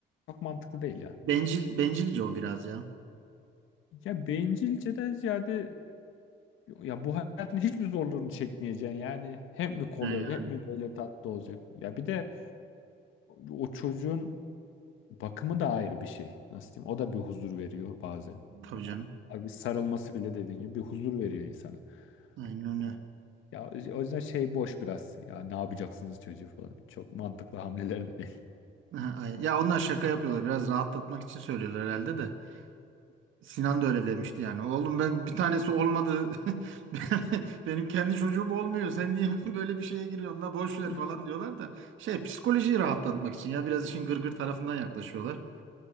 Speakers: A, on the left; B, on the right.
A: çok mantıklı değil ya.
B: Bencil, bencilce o biraz ya.
A: Ya bencilceden ziyade ya bu hayatın hiçbir zorluğunu çekmeyeceksin yani hep mi kolay
B: Yani,
A: olacak
B: yani
A: hep mi böyle tatlı olacak ya bir de o çocuğun bakımı da ayrı bir şey nasıl diyeyim o da bir huzur veriyor bazen.
B: tabii canım.
A: O- Abi sarılması bile dediğin gibi bir huzur veriyor insana.
B: Aynen öyle.
A: O- Ya o yüzden şey boş biraz. Ya ne yapacaksınız çocuğu falan. Çok mantıklı hamleler değil.
B: Aha, aynen. Ya onlar şaka yapıyorlar. Biraz rahatlatmak için söylüyorlar herhalde de. Sinan da öyle demişti yani. Oğlum ben bir tanesi olmadı. <laughs> Benim kendi çocuğum olmuyor. Sen niye <laughs> böyle bir şeye giriyorsun la boş ver
A: <laughs>
B: falan diyorlar da. Şey psikolojiyi rahatlatmak için ya biraz işin gırgır tarafından yaklaşıyorlar.